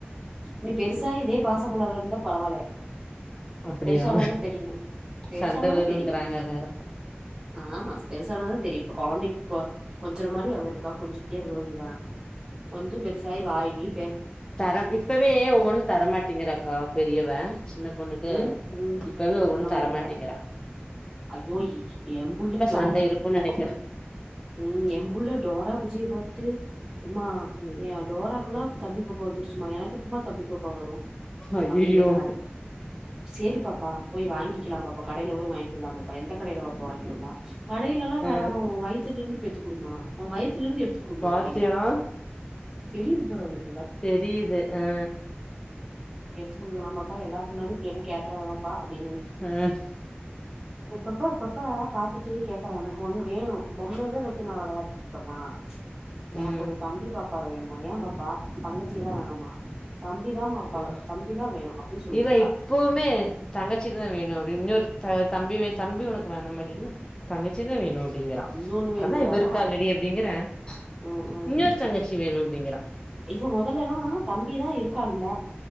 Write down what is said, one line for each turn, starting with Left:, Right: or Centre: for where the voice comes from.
Right: நீ பெருசாயி இதே பாச மலறன்னுந்தா பரவாயில்ல
Left: அப்டியா
Right: பெருசானதா தெரியு பெருசானதா
Left: சண்ட வருங்கிறாங்க
Right: தெரியு
Left: எல்லாரு
Right: ஆமா பெருசானதா தெரியு கொழந்தைக்கு கொஞ்சர மாரி அவ இருக்கா கொஞ்சிக்ட்டே இருக்க வேண்டியதா கொஞ்ச பெருசாயி வாய்கீய்
Left: தர இப்பவே ஒன்னு தரமாட்டேங்கிறாக்கா பெரியவ சின்ன பொண்ணுக்கு
Right: ம் ம்
Left: இப்பவே ஒவ்வொண்ணு
Right: சொல்ல மாட்டேங்கிறா
Left: தரமாட்டிங்கிறா
Right: ஐயோ எ எம்புள்ள டோரா
Left: சண்ட இருக்குன் நெனைக்கிறே
Right: உ எம்புள்ள டோரா புஜ்ஜிய பாத்துட்டு எம்மா
Left: ம்
Right: எ டோராக்குலா தம்பிபாப்பா வந்துருச்சுமா எனக்கு எப்பமா தம்பி பாப் பா வரு
Left: ஐயையோ
Right: அப்படினு கேக்கறாடி சேரி பாப்பா போய் வாங்கிக்கலா பாப்பா கடைல போய் வாங் போலா பாப்பா எந்த கடையில பாப்பா வாங்கிட்டு வர்லா கடையிலலா வேனாஉ
Left: ஆ
Right: வயித்திலருந்து பெத்து குடுமா உ வயத்துல இருந்து எடுத்து குடுமா
Left: பாத்தியா
Right: அப்டிங்கிறா தெரியது பாரு அவளுக்
Left: தெரியுது ஆ
Right: புடுங்கலா பாப்பா எல்லாரு முன்னாடியு இப்டியல்லா கேட்டுறாத பாப்பா அப்டின்னு சொல்லிட்டு
Left: ஆ
Right: இப்பப்ப இப்பப்ப பாத்துட்டு கேக்குறா எனக்கு ஒண்ணு வேணு பொம்மயவே வச்சு நா விளையாடிட்டு இருக்கேமா ச் எனக்
Left: ம்
Right: ஒரு தம்பி பாப் ப்பா வேணுமா ஏ பாப்பா தங்கச்சியெல்லா வேணாமா தம்பிதா பாப்பா
Left: ம்
Right: தம்பிதா வேணு அப்டி சொல்லிருக்கா
Left: இவ இப்பவுமே தங்கச்சிதா வேணு அப்டி இன்னொரு த தம்பி வே தம்பி உனக்கு வேணாமாடின்ன தங்கச்சி தா வேணு அப்டிங்கறா
Right: இன்னொன்னு வேணுங்கிறாளா
Left: அதா இவ இருக்காலடி அப்டிங்கரன்
Right: ம் ம்
Left: இன்னொரு தங்கச்சி வேணு அப்டிங்கிறா
Right: இவ முதல்ல எல்லா தம்பிதா இருக்கான்ல